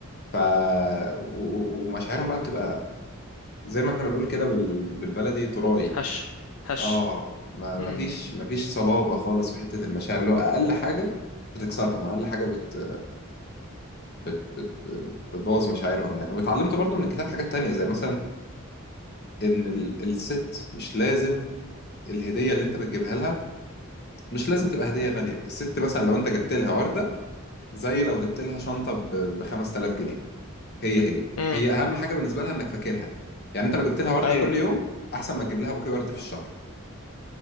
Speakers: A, on the left (about 50°); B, on the left (about 80°).
A: ف و- و- ومشاعرهم بقى بتبقى زي ما احنا بنقول كده بال... بالبلدي تراي
B: هش هش
A: اه ما ما
B: امم
A: فيش ما فيش صلابه خالص في حته المشاعر اللي هو اقل حاجه بتكسرهم اقل حاجه بت... بت... بت... بتبوظ مشاعرهم يعني واتعلمت برضو من الكتاب حاجات تانية زي مثلا ان ال- الست مش لازم الهديه اللي انت بتجيبها لها مش لازم تبقى هديه غاليه الست مثلا لو انت جبت لها ورده زي لو جبت لها شنطه ب 5000 جنيه هي هي
B: امم
A: هي اهم حاجه بالنسبه لها انك فاكرها يعني انت لو جبت لها ورده
B: ايوه
A: كل يوم احسن ما تجيب لها بوكيه ورد في الشهر